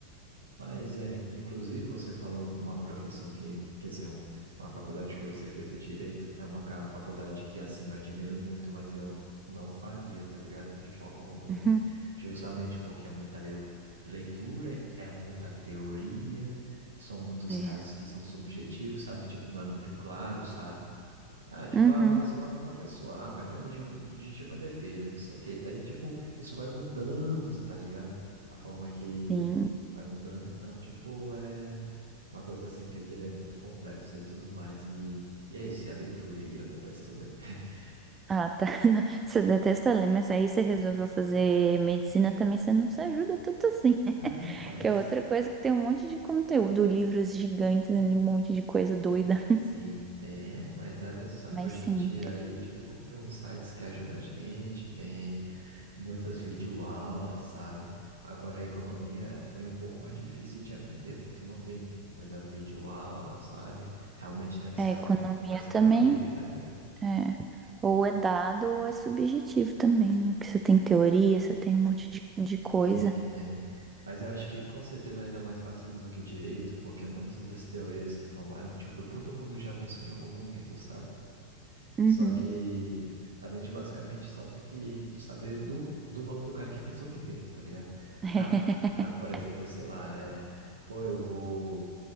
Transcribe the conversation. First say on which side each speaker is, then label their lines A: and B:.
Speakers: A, on the right; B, on the right.
A: Mas é, inclusive você falou uma profissão que, quer dizer, um- uma faculdade que você fez é direito, é uma ca- faculdade que, assim, eu admiro muito, mas eu não faria, tá ligado? De forma alguma.
B: Uhum,
A: Justamente porque é muita leu- leitura, é muita teoria, são muitos
B: é.
A: casos que são subjetivos, sabe? Tipo, não é muito claro, sabe? Ah, tipo,
B: Uhum,
A: ah, uma pessoa matou uma pessoa. Ah, mas foi legítima legítima defesa, não sei o quê. Daí, tipo, isso vai mudando, tá ligado? A forma que
B: sim.
A: vai mudando. Então, tipo, é uma coisa assim que eu diria é muito complexa e tudo mais. E, e é isso, é a leitura. E eu detesto ler. <laughs>
B: Ah, tá. <laughs> Não, Você detesta ler, mas aí você resolveu fazer medicina também, você não se ajuda tanto assim, né? <laughs>
A: Ah, mas.
B: Que é outra coisa que tem um monte de conteúdo, livros gigantes, né, um monte de coisa doida.
A: Sim, sim, tem. É, mas a gente sabe
B: Mas
A: hoje
B: sim,
A: em dia aí, tipo, tem uns sites que ajudam a gente, tem. muitas videoaulas, sabe? Agora, a economia foi um pouco mais difícil de aprender, porque não tem muita videoaula, sabe? Realmente tem que
B: a
A: ser algo
B: economia
A: mais para
B: também
A: ler, tá ligado?
B: é. Ou é dado ou é subjetivo também, né? Porque você tem teoria, você tem um monte de, de coisa.
A: Tem, tem. Mas eu acho que com certeza ainda é mais fácil do que direito, porque muitas das teorias que formaram, tipo, todo mundo já pensou em algum momento, sabe?
B: Uhum.
A: Só que a gente basicamente só tem que saber do, do nome do cara que pensou primeiro, tá ligado?
B: <laughs>
A: Ah, ah, por exemplo, sei lá, é, pô, eu vou.